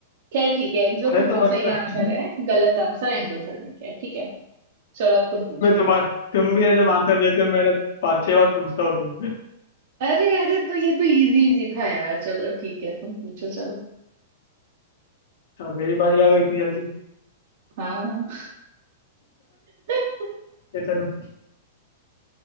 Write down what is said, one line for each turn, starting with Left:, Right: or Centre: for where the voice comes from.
Right: खैर ठीक है एक्सोथर्मिक
Left: अरे तो मतलब
Right: सही आंसर है गलत आंसर एंडोथर्मिक है ठीक है चलो अब तुम पूछो
Left: मैं तुम्हारा
Right: मेरे से
Left: तुम भी है जब आंसर देते हो मैं ना पाँच छह बार पूछता हूँ तुमसे
Right: अरे अरे तो ये तो इजी इजी था यार चलो ठीक है तुम पूछो चलो
Left: तो मेरी बारी आ गई इतनी जल्दी
Right: हाँ <laughs>
Left: ये चलो